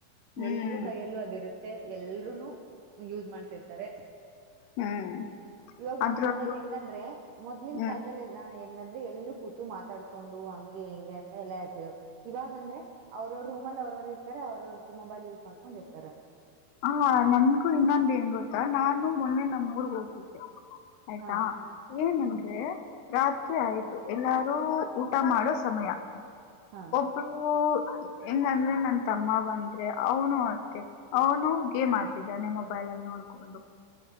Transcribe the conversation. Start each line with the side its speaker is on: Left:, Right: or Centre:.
Left: ಹ್ಮ್
Right: ಎಲ್ರೂ ಕೈಯಲ್ಲೂ ಅದಿರುತ್ತೆ. ಮೆ ಎಲ್ರುೂ ಯೂಸ್ ಮಾಡ್ತಿರ್ತಾರೆ.
Left: ಹ್ಮ್
Right: ಇವಾಗ
Left: ಅದ್ರಲ್ಲೂ
Right: ಒಂದ್ ಮನೇಲಿ ಹೆಂಗಂದ್ರೆ ಮೊದ್ಲಿನ
Left: ಹ್ಮ್
Right: ಕಾಲದಲ್ಲಿಲ್ಲ ಹೆಂಗಂದ ಅದೇ ಎಲ್ರೂ ಕೂತು ಮಾತಾಡ್ಕೊಂಡು ಹಂಗೆ ಹೆಂಗೆ ಅ ಎಲ್ಲ ಇರ್ತರು ಇವಾಗ ಅಂದ್ರೆ ಅವ್ರ ರೂಮಲ್ಲಿ ಅವ್ರವರು ಇರ್ತಾರೆ ಅವ್ರ ಅವ್ರದ್ದ ಮೊಬೈಲ್ ಯೂಸ್ ಮಾಡ್ಕೊಂಡಿರ್ತಾರೆ.
Left: ಹಾ ನನ್ಗೂ ಇನ್ನೊಂದ ಏನ್ ಗೊತ್ತಾ ನಾನು ಮೊನ್ನೆ ನಮ್ ಊರ್ಗ್ ಹೋಗ್ತಿದ್ದೆ. ಆಯ್ತಾ
Right: ಹಾ
Left: ಏನ್ ಅಂದ್ರೇ
Right: ಹ್ಮ್
Left: ರಾತ್ರಿ ಆಯ್ತು ಎಲ್ಲಾರೂ ಊಟ ಮಾಡೋ ಸಮಯ.
Right: ಹಾ
Left: ಒಬ್ರು ಹೆಂಗ ಅಂದ್ರೆ ನಂತ ತಮ್ಮ ಬಂದ್ರೆ ಅವನು ಅಷ್ಟೇ ಅವನು ಗೇಮ್ ಆಡ್ತಿದ್ದಾನೆ ಮೊಬೈಲ್ ಅಲ್ಲಿ ನೋಡ್ಕೊಂಡು.